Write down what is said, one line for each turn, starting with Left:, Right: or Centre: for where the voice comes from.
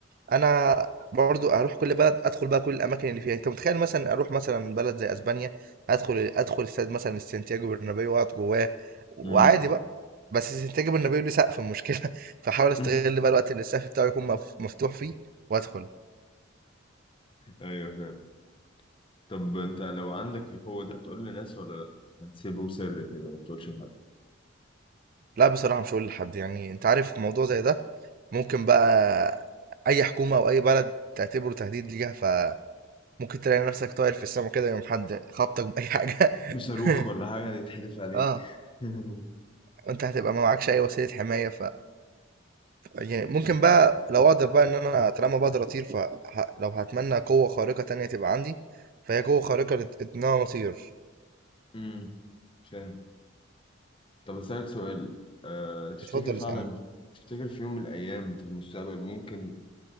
Right: انا برضو هروح كل بلد ادخل بقى كل الاماكن اللي فيها انت متخيل مثلا اروح مثلا بلد زي اسبانيا ادخل ادخل استاد مثلا السانتياغو برنابيو واقعد جواه وعادي
Left: امم
Right: بقى بس سانتياغو برنابيو ليه سقف المشكله <laughs> فحاول استغل
Left: <laughs>
Right: بقى الوقت اللي السقف بتاعه يكون مف- مفتوح فيه وادخل
Left: ايوه فاهم طب انت لو عندك القوه دي هتقول لناس ولا لا هتسيبه سر كده ما تقولش لحد
Right: لا بصراحه مش هقول لحد يعني انت عارف موضوع زي ده ممكن بقى اي حكومه او اي بلد تعتبره تهديد ليها فممكن تلاقي نفسك طاير في السماء كده يوم حد خبطك باي حاجه
Left: بصاروخ
Right: <laughs>
Left: ولا حاجه يتحدف عليك
Right: اه
Left: <laughs>
Right: وانت هتبقى ما معكش اي وسيله حمايه يعني ممكن بقى لو اقدر بقى ان انا طالما بقدر اطير فلو هتمنى قوة خارقة تانية تبقى عندي فهي قوة خارقة لت- ان انا اطير
Left: امم فاهم طب اسالك سؤال أه تفتكر
Right: اتفضل
Left: فعلا
Right: اسألني
Left: تفتكر في يوم من الايام في المستقبل ممكن